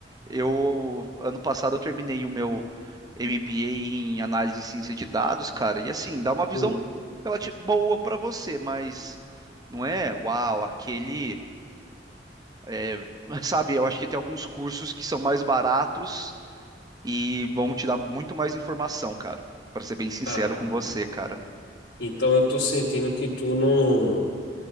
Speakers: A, on the right (about 20°); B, on the left (about 80°).
A: eu, ano passado, eu terminei o meu MBA em análise e ciência de dados, cara, e assim, dá uma visão
B: Hum.
A: relativa boa pra você, mas não é, uau, aquele, é, <laughs> sabe, eu acho que tem alguns cursos que são mais baratos e vão te dar muito mais informação, cara, Pra ser bem sincero
B: Ah,
A: com você, cara.
B: então eu tô sentindo que tu não.